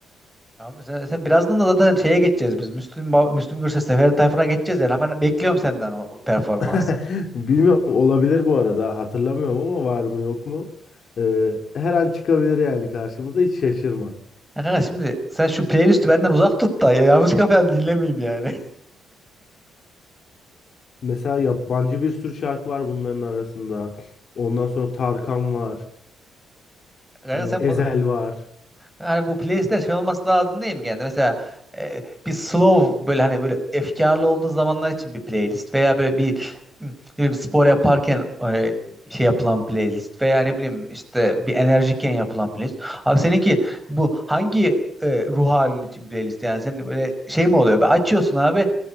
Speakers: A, in the centre; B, on the left.
A: Abi sen, sen birazdan da zaten şeye geçeceğiz biz. Müslüm, Ba- Müslüm Gürses, Ferdi Tayfur'a geçeceğiz yani. Ben bekliyorum senden o performansı.
B: <laughs> Bilmiyorum olabilir bu arada. Hatırlamıyorum ama var mı yok mu? E, her an çıkabilir yani karşımıza hiç şaşırma.
A: Ya kanka şimdi sen şu playlisti benden uzak tut da ya yanlış kafayı dinlemeyeyim yani.
B: Mesela yabancı bir sürü şarkı var bunların arasında. Ondan sonra Tarkan var.
A: <laughs> Kanka
B: E,
A: sen
B: Ezel
A: bu-
B: var.
A: Yani bu playlistler şey olması lazım değil mi genelde? Mesela e, bir slow böyle hani böyle efkarlı olduğu zamanlar için bir playlist veya böyle bir m, ne bileyim, spor yaparken e, şey yapılan playlist veya ne bileyim işte bir enerjikken yapılan playlist. Abi seninki bu hangi e, ruh halin için playlist yani senin böyle şey mi oluyor? Açıyorsun abi